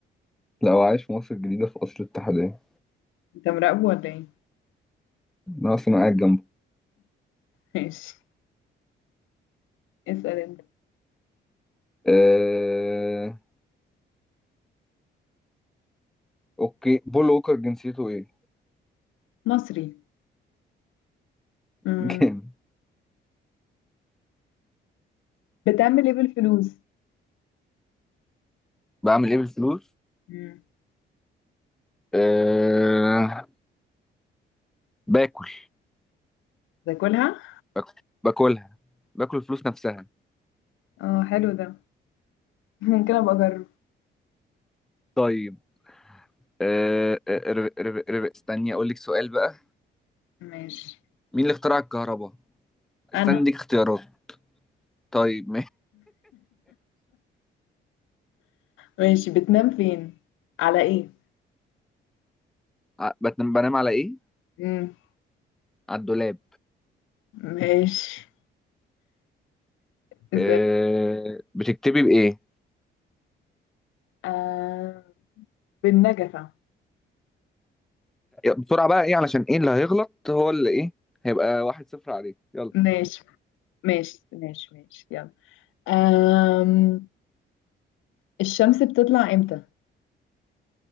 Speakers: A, in the centre; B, on the left.
A: لو عايش في مصر الجديدة في أصل الاتحادية
B: انت مراقبه ولا ايه؟ <laughs>
A: أنا أصلا قاعد جنبه
B: ماشي اسأل انت
A: آه... أوكي بول ووكر جنسيته إيه؟
B: مصري مم.
A: <laughs> جامد
B: بتعمل ايه بالفلوس؟
A: بعمل ايه بالفلوس
B: مم.
A: أه باكل
B: تاكلها؟
A: باكل باكلها باكل الفلوس نفسها
B: اه حلو ده ممكن ابقى اجرب
A: طيب أه آه، رب- رب- رب- استني اقول لك سؤال بقى
B: ماشي
A: مين اللي اخترع الكهرباء
B: انا
A: استني اديك اختيارات طيب
B: ماشي بتنام فين على ايه
A: <laughs> ع- بتنام بنام على ايه
B: مم.
A: على الدولاب
B: ماشي اسال
A: آه، بتكتبي بايه
B: آه بالنجفة
A: بسرعه بقى ايه علشان ايه اللي هيغلط هو اللي ايه هيبقى واحد صفر عليه يلا
B: ماشي ماشي ماشي ماشي يلا آم... الشمس بتطلع امتى